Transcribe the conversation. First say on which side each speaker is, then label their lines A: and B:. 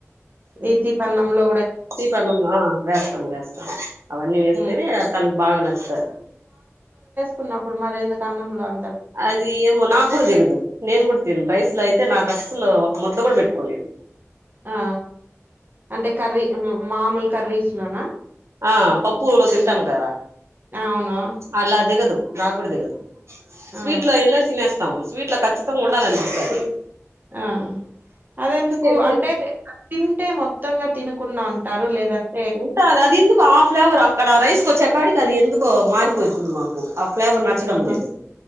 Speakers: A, on the right; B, on the right.
A: ఈతి పన్నముంలో
B: సీపలం వేస్తాను వేస్తాను అవన్నీ వేస్తేనే
A: హ్మ్
B: తనకు బాగా నచ్చుతది
A: కున్నప్పుడు మరి ఎందుకు అన్నంలో అ
B: అది ఏమో నాకు కూడా తెలియదు నేను కూడా తిను రైస్ లో అయితే నాకు అసలు ఒక మద్ద గుడా పెట్టుకోలేను
A: ఆ అంటే కర్రీ మామూలు కర్రీస్ లన
B: ఆ పప్పులో తింటాం కదా
A: అవును
B: అలా దిగదు నాకు కూడా దిగదు స్వీట్
A: ఆ
B: లో ఇలా తినేస్తా సీట్ల కచ్చితంగా ఉండడాని అనిపిస్తా
A: ఆ అద ఎందుకు
B: అయితే
A: అంటే తింటే మొత్తంగా తినకుండా ఉంటారు లేదంట
B: ఉంటా అది ఎందుకో హా ఫ్లేవర్ అక్కడ రైస్కి వచ్చేక్కడికి అది ఎందుకుకో మారిపోంది చెప్పింది మాకు ఆ ఫ్లేవర్ నచ్చడం
A: ఆహా!
B: లేదు